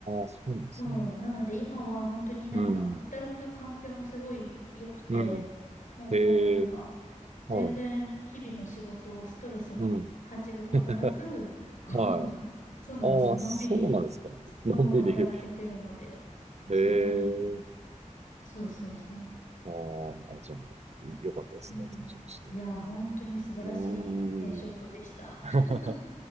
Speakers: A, on the right; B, on the left.
A: そうなんですね。
B: そう。なので今は本当になんか働く環境もすごい良くて、
A: うん。うん。
B: もうこうなんか
A: へえ、
B: 全然日々の仕事をストレスに感じることなく、
A: はい。うん。<laughs>
B: <laughs> こう、
A: はい。
B: <laughs> そうなんですよ。
A: ああ、
B: のんびり、
A: そうなんですか。<laughs> のんびり。
B: そう働けてるので、
A: へえ、
B: そう、のんびり。そうそうそう。
A: あーあ、じゃあ、いよかったですね、
B: うん。
A: 転職して。
B: いや、本当に素晴らしい転職でした。
A: うーん。<laughs>
B: <laughs>